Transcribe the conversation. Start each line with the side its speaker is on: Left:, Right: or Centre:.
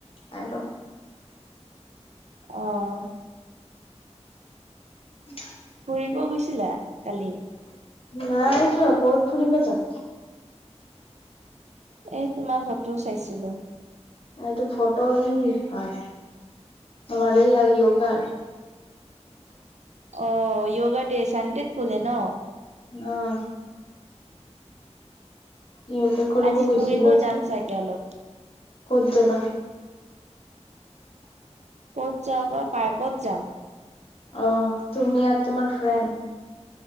Left: চাই লওঁ।
Right: অ'।
Left: <inaudible>
Right: ফুৰিব গৈছিলা কালি।
Left: নাই যোৱা ক'ত ফুৰিব যা
Right: এ তোমাৰ ফটোও চাইছিলো।
Left: এইটো ফটো ই হয় আমাৰ এই য়োগাৰ <inaudible>
Right: অ', য়োগা ডে চানডেত ভলে <unintelligible> ন'
Left: অ'। সিহঁতে কৰিব
Right: আজি
Left: গুছিলো।
Right: ফুৰিব
Left: ক'ত
Right: যাম চাগে অলপ,
Left: যাবা?
Right: ক'ত যাওঁ বা পাৰ্কত যাম।
Left: অ', তুমি আৰু তোমাৰ ফ্ৰেণ্ড।